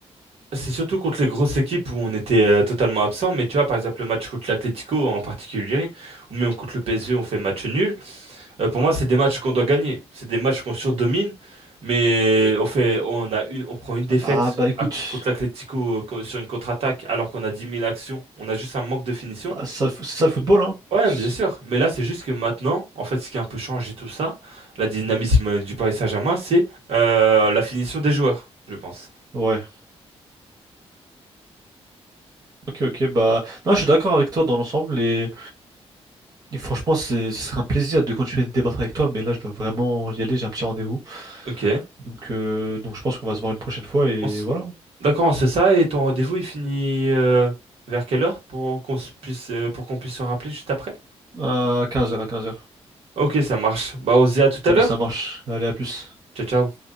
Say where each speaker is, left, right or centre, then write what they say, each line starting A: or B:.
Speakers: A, on the right; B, on the right.
A: c'est surtout contre les grosses équipes où on était euh, totalement absent, mais tu vois, par exemple, le match contre l'Atlético en particulier, ou même contre le PSG, on fait match nul. Euh, pour moi, c'est des matchs qu'on doit gagner. C'est des matchs qu'on surdomine, mais on fait, on a une, on prend une défaite
B: ah bah écoute.
A: à- contre l'Atlético euh, co- sur une contre-attaque alors qu'on a 10 000 actions. On a juste un manque de finition.
B: Bah, c'est ça, le fo- c'est ça le football, hein?
A: Ouais,
B: C'est-
A: mais bien sûr. Mais là, c'est juste que maintenant, en fait, ce qui a un peu changé tout ça, la dynamisme du Paris Saint-Germain, c'est euh, la finition des joueurs, je pense.
B: Ouais. Ok, ok. Bah, non, je suis d'accord avec toi dans l'ensemble et, et franchement, c'est, ce serait un plaisir de continuer de débattre avec toi, mais là, je dois vraiment y aller, j'ai un petit rendez-vous.
A: Ok.
B: Donc, euh, donc je pense qu'on va se voir une prochaine fois et
A: On s-
B: voilà.
A: D'accord, on sait ça. Et ton rendez-vous, il finit euh, vers quelle heure pour qu'on se puisse, euh, pour qu'on puisse se rappeler juste après?
B: À quinze heures, à quinze heures.
A: Ok, ça marche. Bah, on se dit à tout
B: Allez,
A: à l'heure.
B: ça marche. Allez, à plus.
A: Ciao, ciao.